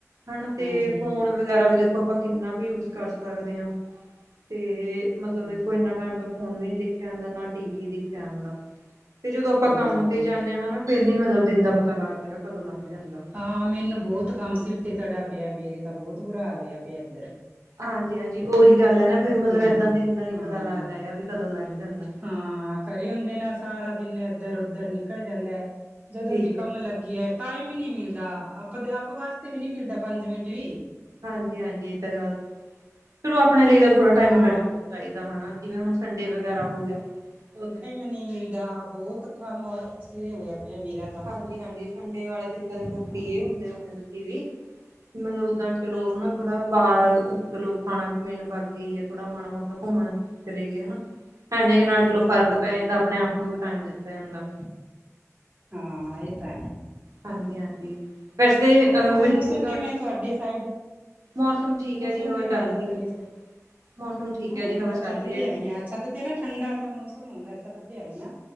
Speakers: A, on the right; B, on the right.
A: ਹਨਾ ਤੇ
B: ਹਾਂਜੀ
A: ਫੋਨ ਵਗੈਰਾ ਵੀ ਦੇਖੋ ਆਪਾ ਕਿੰਨਾ ਕੁ ਯੂਜ ਕਰ ਸਕਦੇ ਆ ਤੇ ਮਤਲਬ
B: ਹਾਂਜੀ
A: ਦੇਖੋ ਇੰਨਾ ਟਾਈਮ ਤਾ ਫੋਨ ਵੀ ਨੀ ਦੇਖਿਆ ਜਾਂਦਾ ਨਾ ਟੀ ਵੀ ਦੇਖਿਆ ਜਾਂਦਾ ਤੇ ਜਦੋਂ ਆਪਾਂ
B: ਹਾਂਜੀ
A: ਕੰਮ ਤੇ ਜਾਂਦੇ ਆ ਹਨਾ ਫੇਰ ਨੀ ਮਤਲਬ ਦਿਨ ਦਾ ਪਤਾ ਲੱਗਦਾ ਹੈਗਾ ਕਦੋਂ ਲੰਘ ਜਾਂਦਾ।
B: ਹਾਂ ਮੈਨੂੰ ਬੋਤ ਕੰਮ ਸਿਰ ਤੇ ਤੜਾ ਪਿਆ ਮੇਰੇ ਤਾਂ ਬੋਤ ਬੁਰਾ ਹਾਲ ਹੋਇਆ ਪਿਆ ਐਧਰ।
A: ਹਾਂਜੀ-ਹਾਂਜੀ, ਓਹੀ ਗੱਲ ਐ ਨਾ ਫੇਰ ਮਤਲਬ
B: ਹਾਂ
A: ਏਦਾਂ ਦਿਨ ਦਾ ਨੀ
B: ਹਾਂ
A: ਪਤਾ ਲੱਗਦਾ ਹੈਗਾ ਵੀ ਕਦੋ ਲੰਘ ਜਾਂਦਾ।
B: ਹਾਂ ਘਰੇ ਹੁੰਦੇ ਨਾ ਸਾਰਾ ਦਿਨ ਇੱਧਰ ਉਧਰ ਨਿਕਲ ਜਾਂਦਾ। ਜਦੋਂ
A: ਠੀਕ
B: ਦੀ ਕੰਮ
A: ਹੈ
B: ਲੱਗੀ ਐ ਟਾਈਮ ਨੀ ਮਿਲਦਾ ਆਪਦੇ ਆਪ ਵਾਸਤੇ ਵੀ ਨੀ ਮਿਲਦਾ ਪੰਜ ਮਿੰਟ ਵੀ।
A: ਹਾਂਜੀ-ਹਾਂਜੀ, ਇਹ ਤਾਂ ਗੱਲ ਚਲੋ ਆਪਣੇ ਲਈ ਤਾਂ ਥੋੜ੍ਹਾ ਟਾਈਮ
B: ਹਾਂ
A: ਕੱਢਣਾ ਚਾਹੀਦਾ ਹਨਾ। ਜਿਵੇਂ ਹੁਣ ਸੰਡੇ ਵਗੈਰਾ ਹੋ ਗਿਆ, ਓਹ
B: ਨਹੀ ਮਿਲਦਾ ਬਹੁਤ ਕੰਮ ਸਿਰੇ ਹੋਇਆ ਪਿਆ ਮੇਰਾ। ਤਾਂ
A: ਹਾਂਜੀ-ਹਾਂਜੀ, ਸੰੰਡੇ ਵਾਲੇ ਦਿਨ ਤਾਂ ਦੇਖੋ
B: ਹਾਂ
A: ਫ੍ਰੀ ਏ ਹੁੰਦੇ ਹੋਗੇ ਤੁਸੀ ਵੀ। ਮਤਲਬ ਓਹਦਾ ਚਲੋ
B: ਹਾਂਜੀ
A: ਹਨਾ ਥੋੜਾ ਬਾਹਰ ਚਲੋ ਖਾਣਾ ਪੀਣ ਬਾਗੀ ਏ। ਥੋੜਾ ਮਾੜਾ ਮੋਟਾ ਘੁੰਮਣ ਚਲੇ ਗਏ ਹਨਾ ਏਨੇ ਕ ਨਾਲ ਚਲੋ ਫ਼ਰਕ
B: ਹਾਂਜੀ
A: ਪੈ ਜਾਂਦਾ ਆਪਣੇ ਆਪ ਓਹ ਵੀ ਟਾਈਮ ਦਿੱਤਾ ਜਾਂਦਾ।
B: ਹਾਂ ਇਹ ਐ
A: ਹਾਂਜੀ ਹਾਂਜੀ ਵੈਸੇ ਅਹ
B: ਹੋਰ
A: ਮਿੱਠੇ
B: ਮੌਸਮ
A: ਚ
B: ਕਿਵੇਂ ਆ ਤੁਹਾਡੇ ਸਾਈਡ।
A: ਮੌਸਮ ਠੀਕ
B: ਮੌਸਮ
A: ਹੈ ਜੀ ਹਵਾ
B: ਕਿਵੇਂ
A: ਚੱਲ
B: ਆ ਅੱਜ
A: ਰਹੀ
B: ਓਧਰਲੀ
A: ਹੈ।
B: ਸਾਈਡ।
A: ਮੌਸਮ ਠੀਕ
B: ਹਾਂ
A: ਹੈ ਜੀ
B: ਮੈਂ
A: ਹਵਾ
B: ਤਾਂ
A: ਚੱਲ
B: ਛੱਤ
A: ਰਹੀ
B: ਤੇ
A: ਹੈ
B: ਆਈ ਆ ਛੱਤ ਤੇ ਨਾ ਠੰਡਾ ਜਿਹਾ ਮੌਸਮ ਹੁੰਦਾ ਛੱਤ ਤੇ ਆਈ ਆ।